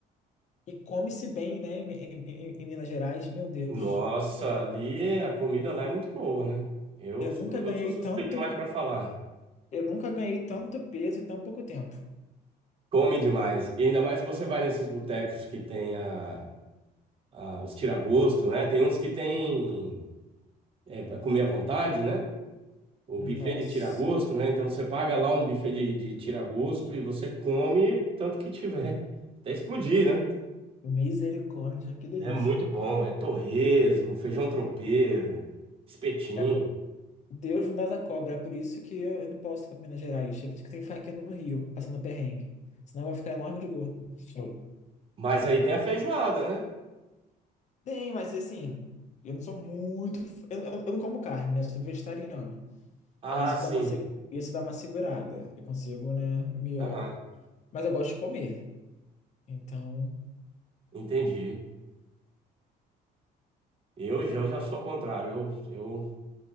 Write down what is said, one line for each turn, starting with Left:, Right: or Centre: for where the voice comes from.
Left: E come-se bem, né? Em, em- em- em Minas Gerais, meu Deus.
Right: Nossa, ali a comida lá é muito boa, né? Eu
Left: Eu
Right: sou,
Left: nunca ganhei
Right: eu sou suspeito
Left: tanto,
Right: demais para falar.
Left: eu nunca ganhei tanto peso em tão pouco tempo.
Right: Come demais. E ainda mais se você vai nesses botecos que tem a, a- os tira-gosto, né? Tem uns que tem é, pra comer à vontade, né? O buffet
Left: Nossa.
Right: de tira-gosto, né? Então você paga lá um buffet de, de tira-gosto e você come tanto que tiver. <laughs> Até explodir, né?
Left: Misericórdia, que delícia.
Right: É muito bom. É torresmo, feijão tropeiro, espetinho.
Left: É, pô, Deus não dá da cobra, é por isso que eu, eu não posso ir pra Minas Gerais. É por isso que tem faquinha no Rio, passando perrengue. Senão eu vou ficar enorme de gordo. Sim.
Right: Mas aí tem a feijoada, né?
Left: Tem, mas assim, eu não sou muito. f- Eu, eu- eu não como carne, né? Eu sou vegetariano.
Right: Ah,
Left: Aí isso
Right: sim.
Left: dá uma, se- isso dá uma segurada. Eu consigo, né? Me...
Right: Aham,
Left: Mas eu gosto de comer. Então,
Right: entendi. Eu, já- eu já sou ao contrário. Eu, eu,